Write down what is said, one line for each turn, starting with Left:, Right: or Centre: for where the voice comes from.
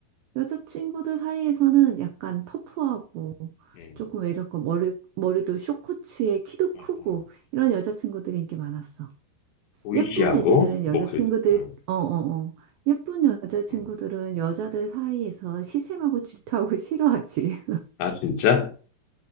Right: 여자친구들 사이에서는 약간 터프하고
Left: 음,
Right: 조금 왜 이럴까 머리 머리도 숏코츠에 키도
Left: 음,
Right: 크고
Left: 음.
Right: 이런 여자친구들이 인기 많았어.
Left: 보이시하고
Right: 예쁜 애들은
Left: 목소리도.
Right: 여자친구들,
Left: 음,
Right: 어, 어, 어. 예쁜 여자친구들은
Left: 음.
Right: 여자들 사이에서 시샘하고 질투하고 <laughs> 싫어하지.
Left: 아 진짜